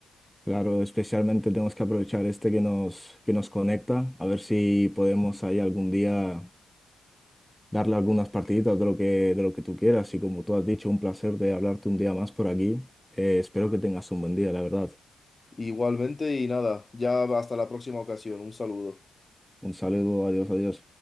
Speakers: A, in the centre; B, on the left (about 20°).
A: Claro, especialmente tenemos que aprovechar este que nos, que nos conecta, a ver si podemos ahí algún día darle algunas partiditas de lo que, de lo que tú quieras. Y como tú has dicho, un placer de hablarte un día más por aquí. Eh, espero que tengas un buen día, la verdad.
B: Igualmente y nada, ya hasta la próxima ocasión. Un saludo.
A: Un saludo, adiós, adiós.